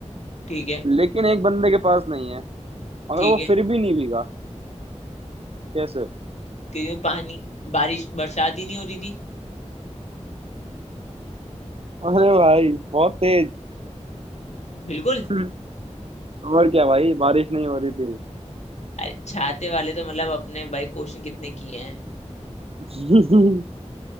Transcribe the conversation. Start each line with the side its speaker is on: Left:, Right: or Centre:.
Left: ठीक है
Right: लेकिन एक बंदे के पास नहीं है मगर
Left: ठीक
Right: वो
Left: है
Right: फिर भी नहीं भीगा कैसे
Left: क्यों पानी बारिश बरसात ही नहीं हो रही थी
Right: अरे भाई बहुत तेज
Left: बिल्कुल
Right: <laughs> और क्या भाई बारिश नहीं हो रही थी
Left: अरे छाते वाले तो मतलब अपने भाई क्वेश्चन कितने किए हैं
Right: <laughs>